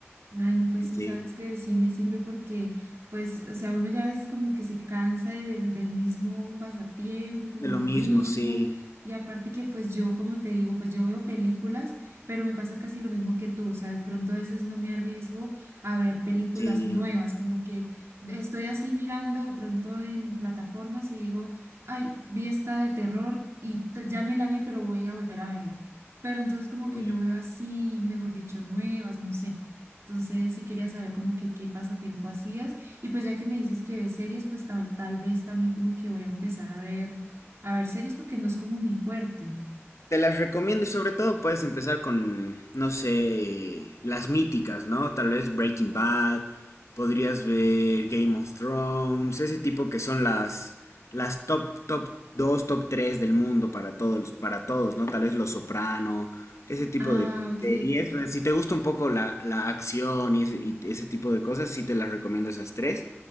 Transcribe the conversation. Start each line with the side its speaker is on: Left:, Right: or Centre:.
Right: Ay, no, pues sí,
Left: Sí.
Right: sabes que sí me sirve porque, pues, o sea, uno ya a veces como que se cansa de- del, del mismo pasatiempo, como
Left: De lo
Right: lo
Left: mismo,
Right: mismo.
Left: sí,
Right: Y aparte que, pues, yo, como te digo, pues yo veo películas, pero me pasa casi lo mismo que tú. O sea, de pronto a veces no me arriesgo a ver películas
Left: sí.
Right: nuevas, como que estoy así mirando de pronto en plataformas y digo, ay, vi esta de terror y t- ya me la vi, pero voy a volver a verla. Pero entonces como
Left: uy.
Right: que no veo así, mejor dicho, nuevas, no sé. Entonces sí quería saber como que qué pasatiempo hacías. Y pues ya que me dices que ves series, pues tal, tal vez también como que voy a empezar a ver, a ver series porque no es como mi fuerte.
Left: Te las recomiendo y sobre todo puedes empezar con, no sé, las míticas, ¿no? Tal vez Breaking Bad, podrías ver Game of Thrones, ese tipo que son las, las top, top 2 top 3 del mundo para todos, para todos, ¿no? Tal vez Los Soprano, ese tipo
Right: Ah,
Left: de
Right: ok.
Left: series. o sea, Si te gusta un poco la, la acción y ese, y ese tipo de cosas, sí te las recomiendo esas tres.